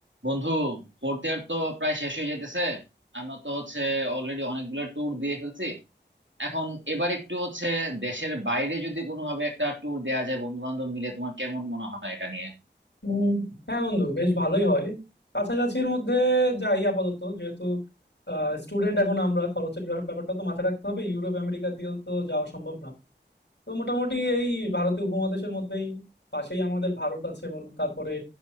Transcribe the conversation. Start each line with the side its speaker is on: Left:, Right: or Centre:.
Right: বন্ধু fourth year তো প্রায় শেষ হয়ে যেতেছে আমরা তো হচ্ছে অলরেডি অনেকগুলো ট্যুর দিয়ে ফেলছি এখন এবার একটু হচ্ছে দেশের বাইরে যদি কোনোভাবে একটা ট্যুর দেওয়া যায় বন্ধু বান্ধব মিলে তোমার কেমন মনে হয় এটা নিয়ে
Left: উম, হ্যাঁ বন্ধু বেশ ভালোই হয় কাছাকাছির মধ্যে যাই আপাতত যেহেতু স্টুডেন্ট এখন আমরা খরচের ব্যাপ- ব্যাপারটা তো মাথায় রাখতে হবে ইউরোপ আমেরিকার দিকে তো যাওয়া সম্ভব না তো মোটামুটি এই ভারতীয় উপমহাদেশের মধ্যেই পাশেই আমাদের ভারত আছে বল তারপরে